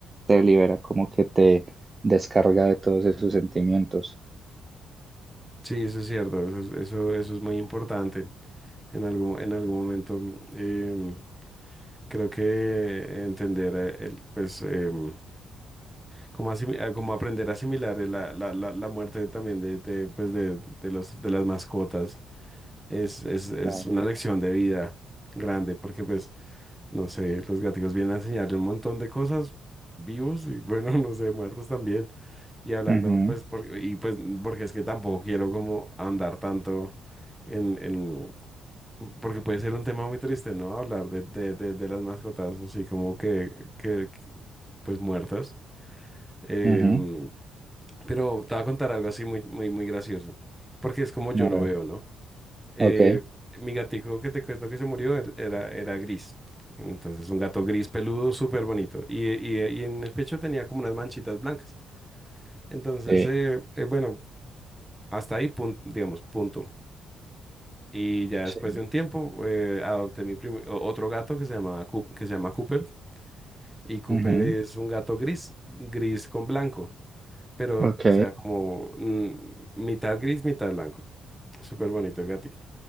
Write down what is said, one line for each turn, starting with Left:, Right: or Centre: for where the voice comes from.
Right: te libera, como que te descarga de todos esos sentimientos.
Centre: sí, eso es cierto, eso, es- eso, eso es muy importante. En algún, en algún momento, em, creo que entender, eh, el, pues... em, Como, asimi- ah, como aprender a asimilar la, la, la, la muerte también de, de, pues de, de, los, de las mascotas es, es, es
Right: Claro.
Centre: una lección de vida grande porque pues, no sé, los gaticos vienen a enseñarle un montón de cosas vivos y bueno, <laughs> no sé, muertos también. Y hablando
Right: Ujú,
Centre: pues, por, y pues porque es que tampoco quiero como ahondar tanto en, en, porque puede ser un tema muy triste, ¿no? Hablar de, de, de, de las mascotas así como que, que pues muertas. Em,
Right: ujú.
Centre: pero te voy a contar algo así muy, muy, muy gracioso, porque es como yo
Right: A
Centre: lo
Right: ver,
Centre: veo, ¿no? Eh,
Right: ok,
Centre: mi gatico que te cuento que se murió er- era, era gris. Entonces, un gato gris peludo, súper bonito. Y, y- y en el pecho tenía como unas manchitas blancas. Entonces,
Right: sí,
Centre: eh, eh, bueno, hasta ahí, pun- digamos, punto. Y ya después
Right: sí,
Centre: de un tiempo, eh, adopté mi prim- o- otro gato que se llama, que se llama Cooper. Y Cooper
Right: ujú,
Centre: es un gato gris, gris con blanco. Pero,
Right: ok,
Centre: o sea, como mm, mitad gris, mitad blanco. Súper bonito el gatito.